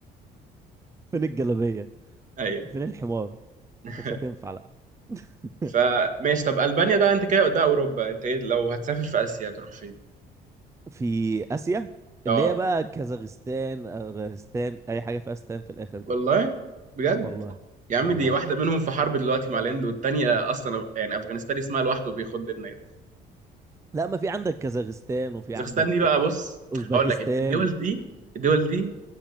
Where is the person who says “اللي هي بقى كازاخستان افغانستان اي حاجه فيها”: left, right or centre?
Right